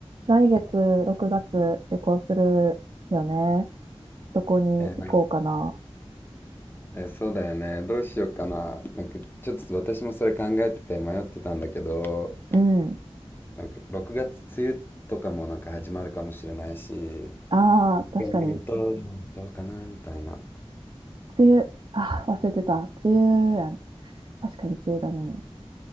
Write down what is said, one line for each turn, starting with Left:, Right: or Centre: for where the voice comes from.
Right: 来月6月旅行するよね。どこに行こうかな。
Left: えーなんえーそうだよね。どうしようかな。なんか、ちょっと私もそれ考えてて迷ってたんだけど、
Right: うん。
Left: なんか、6月梅雨とかもなんか始まるかもしれないし、
Right: ああ、確かに。
Left: いやねどう、どうかなみたいな。
Right: 梅雨。ああ、忘れてた。梅雨やん。確かに梅雨だね。